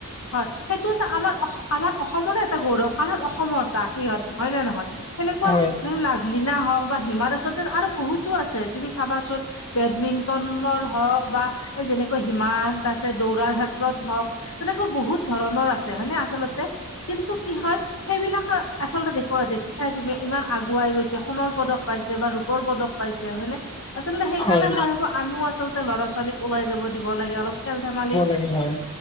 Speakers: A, on the left (about 65°); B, on the left (about 20°).
A: হয়। সেইটো এটা আমাৰ আমাৰ অসমৰে এটা গৌৰৱ। কাৰণ অসমৰটা সিহঁত হয় নে নহয়? তেনেকুৱা
B: হয়
A: ধৰ লাভলিনা হওঁক বা হিমা দাসত আৰু বহুতো আছে। তুমি চাবাচোন বেডমিণ্টনৰ হওঁক বা এই যেনেকৈ হিমা দাসে দৌৰাৰ ক্ষেত্ৰত হওঁক তেনেকৈ বহুত ধৰণৰ আছে হয়নে আচলতে? কিন্তু কি হয় সেইবিলাক আচলতে দেখুৱাব দেখি চাই তুমি ইমান আগুৱাই গৈছে, সোণৰ পদক পাইছে বা ৰূপৰ পদক পাইছে হয়নে? আচলতে সেইকাৰণে
B: হয়
A: মই ভাবো আমিও আচলতে ল'ৰা ছোৱালীক ওলাই যাব দিব লাগে, অলপ খেল ধেমালি
B: সেই হয়।